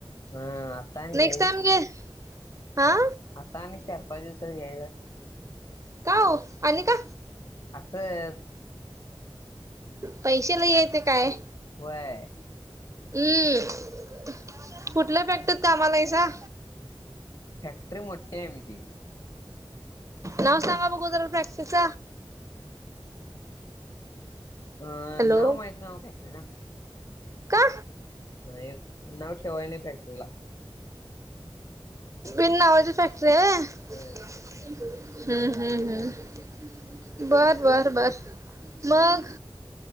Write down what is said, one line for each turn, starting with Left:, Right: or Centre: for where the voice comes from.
Left: हम्म आता आणि
Right: नेक्स्ट
Left: घ्याय
Right: टाइम घे. हा.
Left: आता आणि एक चार पाच दिवसात यायचं.
Right: का ओ आणि का?
Left: असंच.
Right: पैसे लई येत काय.
Left: व्हय.
Right: हम्म. कुठलं फॅक्टरीत कामाला आहेसा?
Left: फॅक्ट्री मोठी आहे आमची.
Right: नाव सांगा बघु जरा फॅक्टरीच?
Left: अह
Right: हॅलो
Left: नाव माहीत नाय ओ फॅक्टरीच.
Right: का?
Left: नाही नावं ठेवाय नाही फॅक्ट्रीला.
Right: बिन नावाची फॅक्टरी आहे व्हय.
Left: व्हय.
Right: हम्म हम्म हम् बर बर बर मग.